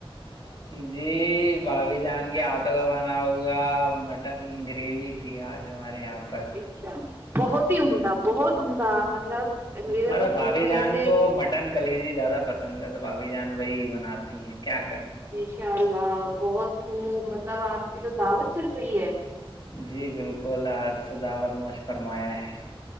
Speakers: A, on the left; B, on the right.
A: <inaudible> جی بھابھی جان کے ہاتھوں کا بنا ہوا مٹن گریوی تھی آج ہمارے یہاں پر
B: اچھا بہت ہی عمدہ بہت عمدہ مطلب میرے
A: مطلب
B: تو منہ
A: بھابھی
B: میں
A: جان
B: ایسے
A: کو مٹ مٹن کلیجی زیادہ پسند ہے تو بھابھی جان وہی بناتی ہیں کیا کریں
B: انشاء اللہ بہت خوب مطلب آپ کی تو دعوت چل رہی ہے
A: جی بالکل آج تو دعوت نوش فرمایا ہے